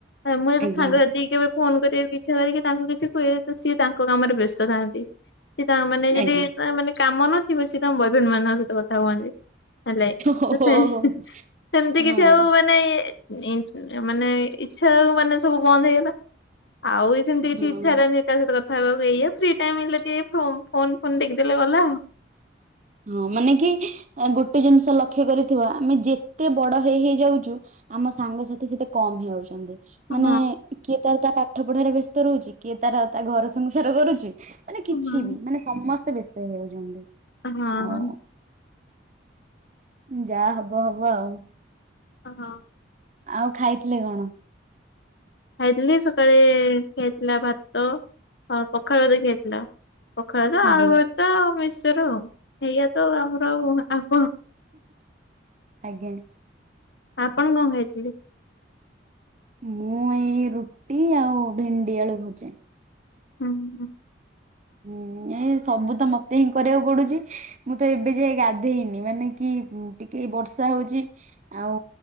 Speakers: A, on the left; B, on the right.
A: ମୁଁ ଏବେ
B: ଆଜ୍ଞା
A: ସାଙ୍ଗସାଥୀ କେବେ। ଫୋନ କରିବାକୁ ଇଚ୍ଛା ହୁଏ କି ତାଙ୍କୁ କିଛି କୁହେ ତ ସିଏ ତାଙ୍କ କାମରେ ବ୍ୟସ୍ତ ଥାନ୍ତି। ସେ ତାଙ୍କ ମାନେ ଯଦି
B: ଆଜ୍ଞା
A: ତାଙ୍କ ମାନେ କାମ ନଥିବ ସେ ତାଙ୍କ ବଏଫ୍ରେଣ୍ଡ ମାନଙ୍କ ସହିତ କଥା ହୁଅନ୍ତି। ହେଲେ
B: ହଉ
A: ତ ସେ
B: ହଉ
A: ହେଁ ହେଁ ସେମିତି
B: ହଁ
A: କିଛି ଆଉ ମାନେ ନି ମାନେ ଇ ଇଚ୍ଛା କୁ ମାନେ ସବୁ ବନ୍ଦ ହେଇଗଲା ଆଉ ବି ସେମିତି କିଛି
B: ହଁ।
A: ଇଚ୍ଛା ହେଲାନି କା ସହିତ କ କଥା ହେବାକୁ ଏଇଆ ଫ୍ରି ଟାଇମ ମିଳିଲେ ଟିକେ ଫୋ ଫୋନ ଫୋନ୍ ଦେଖିଦେଲେ ଗଲା ଆଉ।
B: ହଁ ମାନେ କି ଗୋଟେ ଜିନିଷ ଲକ୍ଷ୍ୟ କରିଥିବ ଆମେ ଯେତେ ବଡ ହେଇ ହେଇ ଯାଉଚୁ। ଆମ ସାଙ୍ଗସାଥି ସେତେ କମ ହେଇଯାଉଛନ୍ତି।
A: ହଁ
B: ମାନେ କିଏ ତାର ତା ପାଠ ପଢାରେ ବ୍ୟସ୍ତ ରହୁଛି କିଏ ତାର ତା ଘର ସଂସାର କରୁଚି। ମାନେ
A: ହଁ।
B: କିଛି ବି ମାନେ ସମସ୍ତେ ବ୍ୟସ୍ତ ହେଇଯାଉଛନ୍ତି।
A: ହଁ।
B: ଆଉ ଯାହା ହବ ହବ ଆଉ।
A: ହଁ।
B: ଆଉ ଖାଇଥିଲେ କଣ?
A: ଖାଇଥିଲି ସକାଳେ ଖିଆହେଇଥିଲା ଭାତ ପଖାଳରେ ଖିଆହେଇଥିଲା। ପଖାଳ ତ
B: ଆଜ୍ଞା
A: ଆଳୁ ଭର୍ତା ଆଉ ମିସଚର ଏଇଆ ତ ଆମର ଆଉ ଆଉ କଣ?
B: ଆଜ୍ଞା।
A: ଆପଣ କଣ ଖାଇଥିଲେ?
B: ମୁଁ ଏଇ ରୁଟି ଆଉ ଭେଣ୍ଡି ଆଳୁ ଭଜା।
A: ହୁଁ ହୁଁ।
B: ହୁଁ। ଏ ସବୁ ତ ମତେ ହିଁ କରିବାକୁ ପଡୁଚି ମୁଁ ତ ଏବେ ଯାଏ ଗାଧେଇନି ମାନେ କି ଟିକେ ବର୍ଷା ହଉଛି ଆଉ